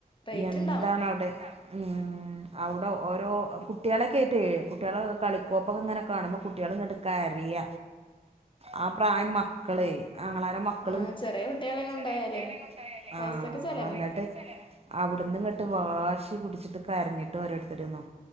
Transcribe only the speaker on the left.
റേറ്റ്
ഇണ്ടാവും
ആഹ് ചെറിയ കുട്ടികളെ കൊണ്ടോയാലേ
പൈസക്ക്
ചെലവാ